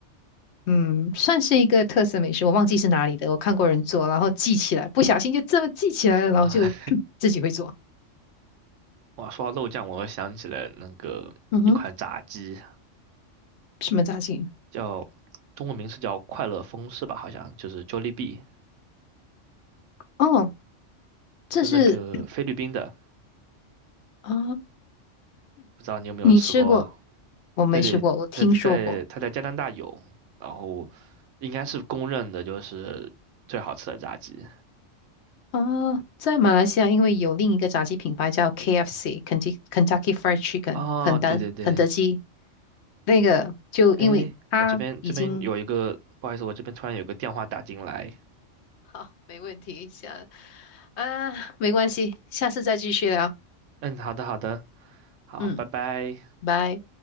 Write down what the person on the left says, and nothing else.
嗯，算是一个特色美食，我忘记是哪里的，我看过人做，然后记起来，不小心就这么记起来了，然后就
<clears throat> 自己会做。
嗯哼，什么炸鸡？
哦，这是
啊、
你吃过？我没吃过，
我听说过
啊，在马来西亚，因为有另一个炸鸡品牌叫 KFC（Kentucky Kentucky Fried Chicken），
肯德肯德基，
那个就因为它已经
<laughs> 好，没问题，下啊，没关系，下次再继续聊，
嗯，
拜。